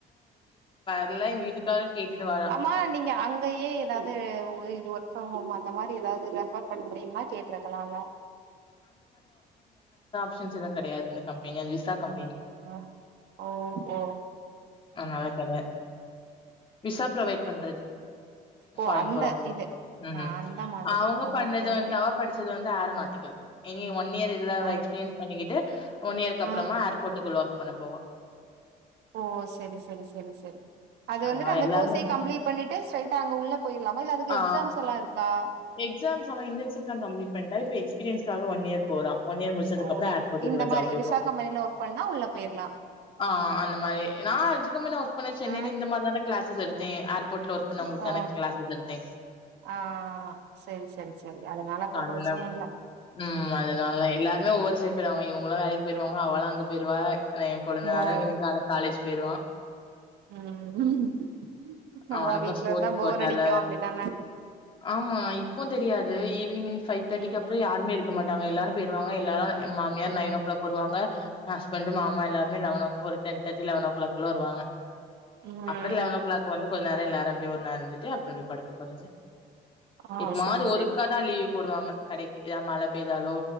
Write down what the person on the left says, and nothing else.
இல்ல இதுக்காக கேட்டுட்டு வரா.
மெஷின்ஸ்லா கெடையாது அந்த கம்பெனி அது விசா கம்பெனி.
அதனால கெடையாது விசா ப்ரொவைட் பண்றது
ஃபாரின்
போறவங்களுக்கு
ம்
ம்
அவங்க பண்ணது
வந்து அவ படிச்சது வந்து ஏரோநாட்டிக்கல் இனி ஒன் இயர் இதுல அவ
எக்ஸ்பீரியன்ஸ் பண்ணிக்கிட்டு ஒன் இயர்க்கு அப்புறமா
ஏர்போர்ட்டுக்குள்ள ஒர்க் பண்ண போவா
அதனால
எல்லாமே
ஆ
எக்ஸாம்ஸ் அவ இன்டர்ன்ஷிப்லா கம்ப்ளீட் பண்ணிட்டா இப்ப எக்ஸ்பீரியன்ஸ் க்காக ஒன் இயர் போறா. ஒன் இயர் முடிச்சதுக்கு
அப்றோ ஏர்போர்ட்டுக்குள்ள
ஜாப் போயிருவா.
அ அந்த மாரி நா விஜ கம்பெனில ஒர்க் பண்ணே சென்னைல
இந்த மாரிதான கிளாசஸ் எடுத்தே ஏர்போர்ட்ல ஒர்க் பண்ணவங்களுக்குதான
கிளாஸஸ் எடுத்தே
பண்ண
ம் அதனால எல்லாருமே ஒவ்வொரு சைடு போயிடுவாங்க இவங்கல்லா வேலைக் கி போயிருவாங்க அவளு அங்க போயிருவா ஏன்னா ஏன் கொழுந்தனாரு
இன்னக்கி காலைல காலேஜ் போயிருவா
அவனுக்கும்
ஸ்போர்ட்ஸ்
கோட்டால
ஆமா இப்ப தெரியாது ஈவினிங் ஃபைவ் தர்டிக்கு
அப்றோ யாருமே இருக் க மாட்டாங்க எல்லாரு போயிருவாங்க எல்லாரு ஏன் மாமியார் நைன் ஓ கிளாக் வருவாங்க ஹஸ்பெண்ட் மாமா எல்லாருமே லெவனோ ஒரு டென் தேர்டி லெவன் ஓ கிளாக்குள்ள வருவாங்க.
அப்றோ லெவன் ஓ கிளாக் வந்து கொஞ்ச நேரோ எல்லாரு அப்டியே ஒரு நேரோ இருந்துட்டு அப்றோ போய் படுக்க போறது
எப்பமாது
ஒருக்கதா
லீவ் போடுவாங்க கடைக்ககி எதா மழ பெய்தாலோ